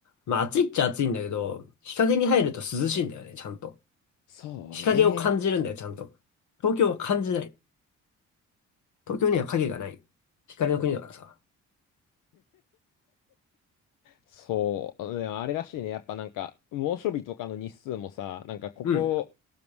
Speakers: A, on the left (about 65°); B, on the left (about 85°).
A: まあ暑いっちゃ暑いんだけど、日陰に入ると涼しいんだよね、ちゃんと。
B: そうね。
A: 日陰を感じるんだよ、ちゃんと。東京は感じない。東京には影がない。光の国だからさ。
B: そう。うんあれらしいね。やっぱなんか、猛暑日とかの日数もさ、なんかここ、
A: うん。